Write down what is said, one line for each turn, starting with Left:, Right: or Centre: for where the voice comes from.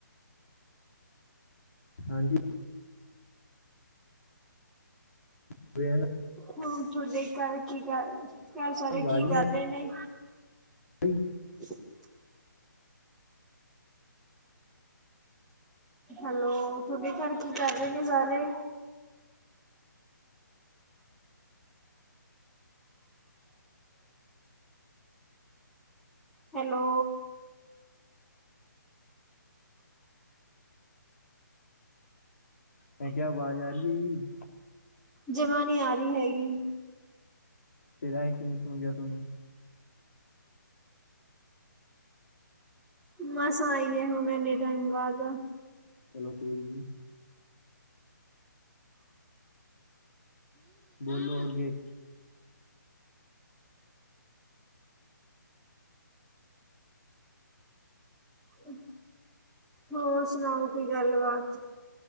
Left: ਹਾਂਜੀ। ਵ-ਵੇ ਆਂਗਾ
Centre: ਹ ਥੋੜ ਦੇਖ ਕਰ ਕੀ ਕਰ। ਘਰ ਸਾਰੇ
Left: ਆਵਾਜ਼
Centre: ਕੀ
Left: ਨਹੀਂ
Centre: ਕਰ
Left: ਆ
Centre: ਰੇ ਨੇ।
Left: ਰਹੀ
Centre: <inaudible> ਹੈਲੋ, ਥੋਡੇ ਘਰ ਕੀ ਕਰ ਰੇ ਨੇ ਸਾਰੇ? ਹੈਲੋ।
Left: ਮੈਂ ਕਿਹਾ ਆਵਾਜ਼ ਆ ਰਹੀ ਹੈ ਜੀ
Centre: ਜਮਾ ਨੀ ਆ ਰੀ ਹੈਗੀ।
Left: ਫੇਰ ਐਂ ਕਿਵੇਂ ਸੁਣ ਗਿਆ ਥੋਨੂੰ।
Centre: ਮਸਾਂ ਆਈ ਐ ਹੁਣ, ਇੰਨੇ ਟਾਈਮ ਬਾਅਦ।
Left: ਚਲੋ ਕੋਈ ਨੀ। ਬੋਲੋ ਅੱਗੇ।
Centre: ਹਮ। ਹੋਰ ਸੁਣਾਓ ਕੋਈ ਗੱਲ ਵਾਤ।